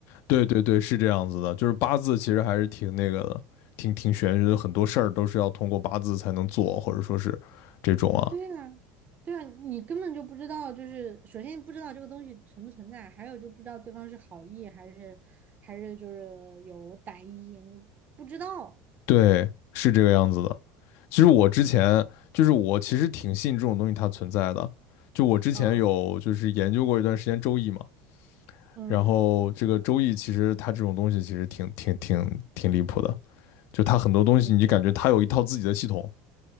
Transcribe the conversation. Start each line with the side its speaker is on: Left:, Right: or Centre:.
Left: 对对对，是这样子的，就是八字其实还是挺那个的，挺挺玄学的，很多事儿都是要通过八字才能做，或者说是这种啊，
Right: 对啊，对啊，你根本就不知道，就是首先不知道这个东西存不存在，还有就不知道对方是好意还是还是就是有歹意，你不知道。
Left: 对，是这个样子的。其实我之前就是我其实挺信这种东西它存在的，就我之前有就是研究过一段时间周易嘛，
Right: 嗯嗯，
Left: 然后这个周易其实它这种东西其实挺挺挺挺离谱的。就他很多东西，
Right: 怎么说呢？
Left: 你就感觉他有一套自己的系统，